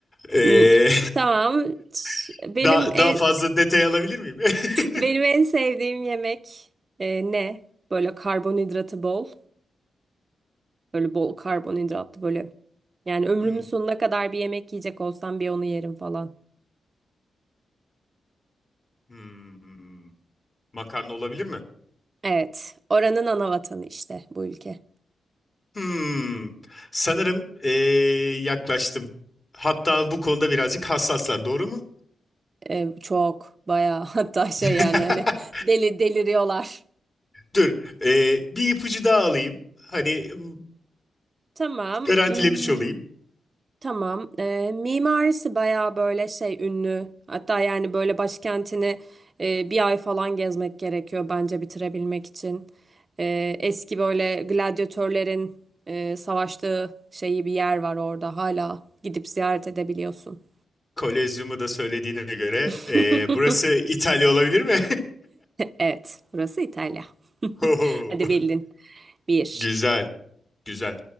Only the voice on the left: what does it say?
Ee,
<laughs>
daha,
daha fazla detay alabilir miyim? <laughs>
Hmm,
hmm, hmm. Makarna olabilir mi?
Hmm, sanırım ee, yaklaştım. Hatta bu konuda birazcık hassaslar, doğru mu?
<laughs>
Dur. Ee, bir ipucu daha alayım. Hani m,
garantilemiş
olayım.
Kolezyumu da söylediğine göre.
ee, burası İtalya olabilir mi?
<laughs> Hoho.
Güzel. Güzel.